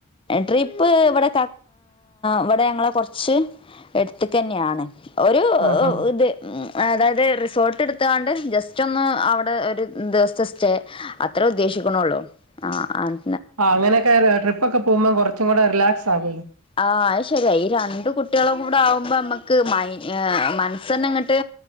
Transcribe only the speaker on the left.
ട്രിപ്പ് ഇവിടെ ഇവിടെ ഞങ്ങളെ കുറച്ച് കു എടുത്ത തന്നെയാണ് ഒരു
ഇത് അതായത് റിസോർട്ട് എടുത്താണ്ട് ജസ്റ്റ് ഒന്ന് അവിടെ ഒരു ദിവസത്തെ സ്റ്റേ അത്രേ ഉദ്ദേശിക്കണള്ളൂ ആ ആഹ്
ആഹ അത് ശരിയ ഈ രണ്ട കുട്ടികളും കൂടെ ആവുമ്പോ നമ്മക്ക് മൈ മനസ്സ തന്നെ അങ്ങോട്ട്